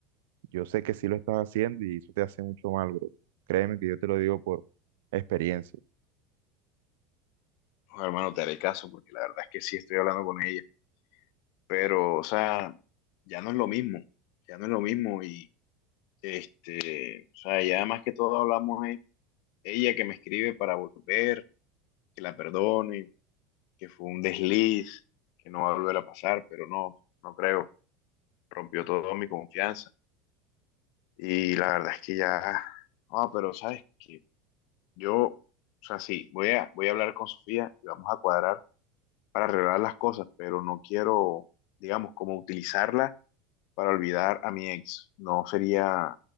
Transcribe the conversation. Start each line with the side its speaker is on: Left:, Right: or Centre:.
Right: Yo sé que sí lo estás haciendo y eso te hace mucho mal, bro. Créeme que yo te lo digo por experiencia.
Left: Oh, hermano, te haré caso, porque la verdad es que sí estoy hablando con ella. pero, o sea, ya no es lo mismo, ya no es lo mismo y, este, o sea, ya más que todo hablamos es ella que me escribe para volver, que la perdone, que fue un desliz, que no va a volver a pasar, pero no, no creo, rompió toda mi confianza y la verdad es que ya, ah, pero sabes que yo, o sea, sí, voy a, voy a hablar con Sofía y vamos a cuadrar para arreglar las cosas, pero no quiero, digamos, como utilizarla para olvidar a mi ex. No sería,